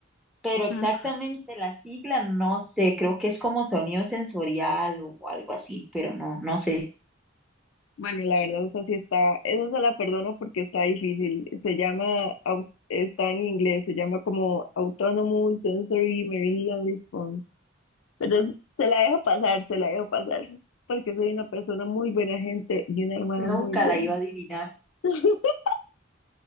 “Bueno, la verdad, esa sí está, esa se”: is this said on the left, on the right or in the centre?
Left